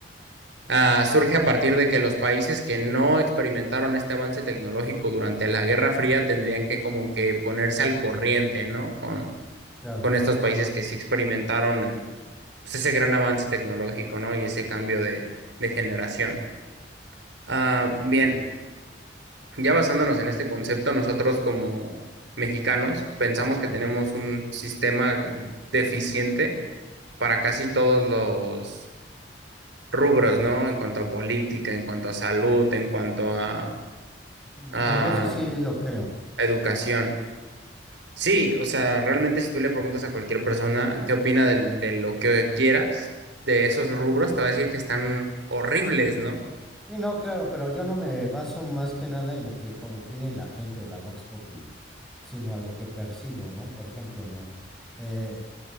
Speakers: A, on the right; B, in the centre.
A: ah, surge a partir de que los países que no experimentaron este avance tecnológico durante la Guerra Fría tendrían que como que ponerse al corriente, ¿no? Con,
B: claro.
A: con estos países que sí experimentaron ah, pues ese gran avance tecnológico, ¿no? Y ese cambio de, de generación. Ah, bien,
B: Ujú,
A: ya basándonos en este concepto, nosotros como mexicanos pensamos que
B: ujú.
A: tenemos un sistema deficiente para casi todos los rubros, ¿no? En cuanto a política, en cuanto a salud, en cuanto a
B: Mm,
A: a
B: En eso sí lo creo.
A: educación. Sí, o sea, realmente si tú le preguntas a cualquier persona qué opina del- de lo que quieras, de esos rubros,
B: Mm, mm,
A: te va a decir que están
B: ujú.
A: horribles, ¿no?
B: Sí, no, claro, pero yo no me baso más que nada en lo que co- opine la gente o la Vox Populi, sino a lo que percibo, ¿no? Por ejemplo, no, eh,